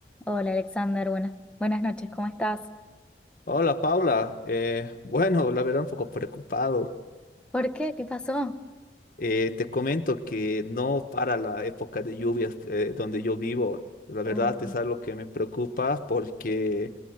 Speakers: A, in the centre; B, on the left.
A: Hola Alexander, buenas, buenas noches, ¿cómo estás?
B: Hola Paula, Eh, bueno, la verdad un poco preocupado.
A: ¿Por qué? ¿Qué pasó?
B: Eh, te comento que no para la época de lluvias eh, donde yo vivo. La verdad
A: Uh,
B: es algo que me preocupa porque,